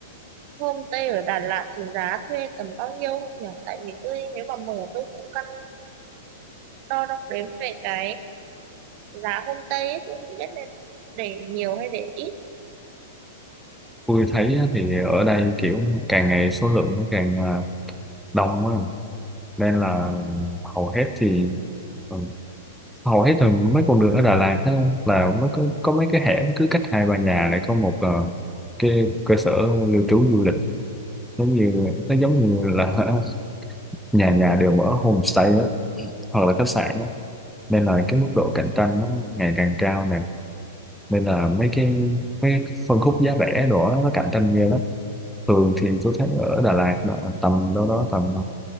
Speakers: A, on the right (about 45°); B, in the centre.
A: homestay ở Đà Lạt thì giá thuê tầm bao nhiêu không nhỉ tại vì tôi nếu mà mở tôi cũng căn đo đong đếm về cái giá homestay ấy, tôi không biết nên để nhiều hay để ít
B: tôi thấy á, thì ở đây kiểu càng ngày số lượng nó càng à, đông á nên là hầu hết thì ừ, hầu hết là mấy con đường ở Đà Lạt á, là mới có, có mấy cái hẻm cứ cách hai ba nhà lại có một ờ, cái cơ sở lưu trú du lịch giống như nó giống như là <laughs> nhà nhà đều mở homestay á hoặc là khách sạn á. nên là cái mức độ cạnh tranh nó ngày càng cao nè nên là mấy
A: ừ.
B: cái mấy cái phân khúc giá rẻ đó nó cạnh tranh ghê lắm thường thì tôi thấy ở Đà Lạt là tầm đâu đó tầm